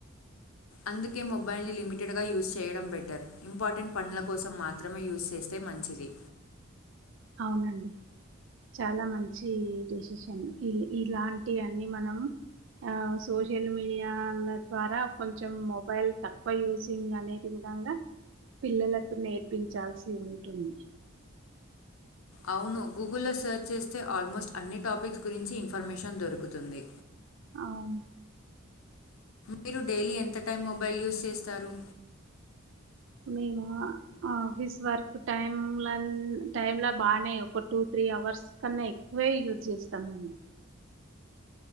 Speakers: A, on the left (about 80°); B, on the right (about 60°).
A: అందుకే మొబైల్ని లిమిటెడ్గా యూజ్ చేయడం బెటర్ ఇంపార్టెంట్ పనుల కోసం మాత్రమే యూస్్ చేస్తే మంచిది
B: అవునండి చాలా మంచి డిసిషన్ ఇలాంటివన్నీ మనము సోషల్ మీడియాల ద్వారా కొంచెం మొబైల్ తక్కువ యూసిింగ్ అనేది కూడాంగా పిల్లలకు నేర్పించాల్సి ఉంటుంది
A: అవును గూగుల్లో సెర్చ్ చేస్తే ఆల్మోస్ట్ అన్ని టాపిక్స్ గురించి ఇన్ఫర్మేషన్ దొరుకుతుంది.
B: అవున్
A: మీరు డైలీ ఎంత టైం మొబైల్ యూజ్ చేస్ తరు.
B: మేమా ఆఫీస్ వర్క్ టైం టైమ్లా బానే ఒక టూ త్రీ అవర్స్ కన్నా ఎక్కువే యూజ్ చేస్తామండి.